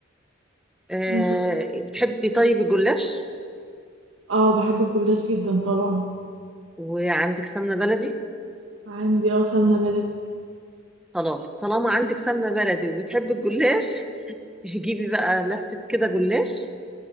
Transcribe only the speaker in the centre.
آه
بتحبي طيب الجلاش
وعندك سمنة بلدي
خلاص طالما عندك سمنة بلدي وبتحبي الجلاش <laughs> جيبي بقى لفة كده جلاش